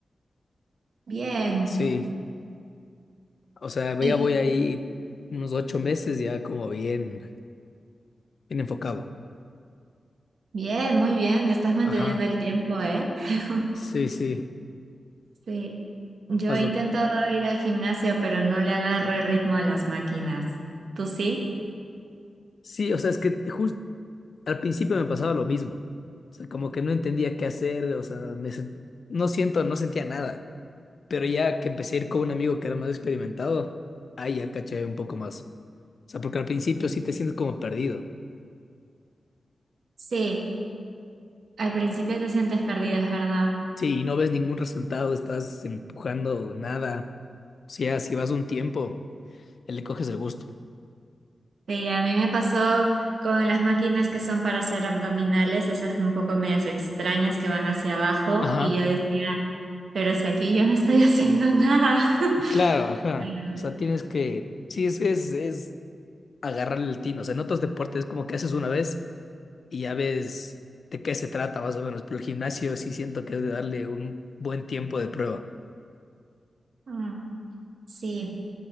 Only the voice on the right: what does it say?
Bien,
y
bien, muy bien, estás manteniendo
el tiempo, ¿eh? <laughs>
Sí, yo
he intentado ir al gimnasio, pero no le agarro el ritmo a las máquinas. ¿Tú sí?
Sí, al principio te sientes perdido, es verdad,
Sí, a mí me pasó con las máquinas que son para hacer abdominales, esas un poco medias extrañas que van hacia abajo,
y yo decía, pero si aquí yo no estoy haciendo nada. <laughs>
Pero,
mm, sí,